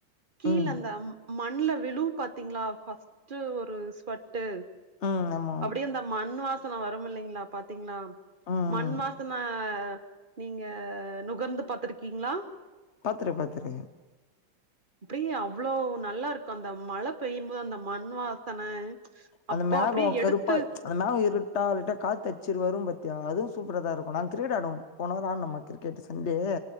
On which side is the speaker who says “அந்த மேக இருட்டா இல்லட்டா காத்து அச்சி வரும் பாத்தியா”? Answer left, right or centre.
Left